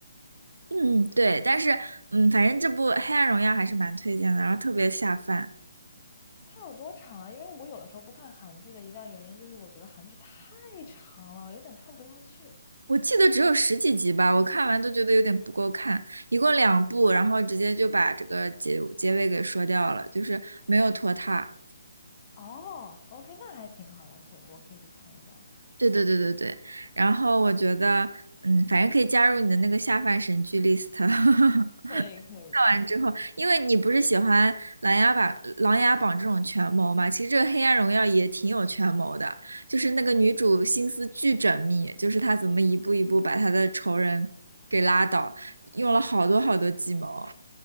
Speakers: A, on the right (about 70°); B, on the left (about 30°).
A: 嗯，对，但是嗯，反正这部《黑暗荣耀》还是蛮推荐的，然后特别下饭。
B: 它有多长啊？因为我有的时候不看韩剧的一大原因就是我觉得韩剧太长了，有点看不下去。
A: 我记得只有十几集吧，我看完都觉得有点不够看，一共两部，然后直接就把这个结结尾给说掉了，就是没有拖沓。
B: 哦，OK，那还挺好的，可以，我可以去看一下。
A: 对对对对对，然后我觉得，嗯，反正可以加入你的那个下饭神剧 list。<laughs>
B: 可以，可以。
A: 看完之后，因为你不是喜欢《琅琊榜》《琅琊榜》这种权谋嘛，其实这个《黑暗荣耀》也挺有权谋的，就是那个女主心思巨缜密，就是她怎么一步一步把她的仇人给拉倒，用了好多好多计谋。